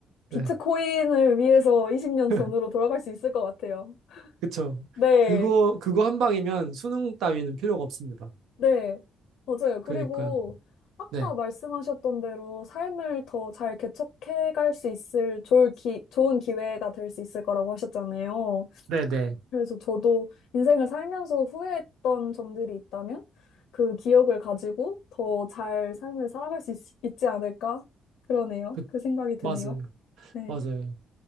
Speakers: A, on the left; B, on the right.
A: 비트코인을
B: 네,
A: 위해서 20년
B: <laughs>
A: 전으로 돌아갈 수 있을 것 같아요.
B: 그쵸.
A: 네,
B: 그거, 그거 한 방이면 수능 따위는 필요가 없습니다.
A: 네, 맞아요. 그리고
B: 그러니까요.
A: 아까
B: 네,
A: 말씀하셨던 대로 삶을 더 잘 개척해 갈 수 있을 좋을 기, 좋은 기회가 될 수 있을 거라고 하셨잖아요.
B: 네, 네.
A: 그래서 저도 인생을 살면서 후회했던 점들이 있다면 그 기억을 가지고 더 잘 삶을 살아갈 수 있, 있지 않을까? 그러네요.
B: 그,
A: 그 생각이 드네요.
B: 맞아요.
A: 네.
B: 맞아요.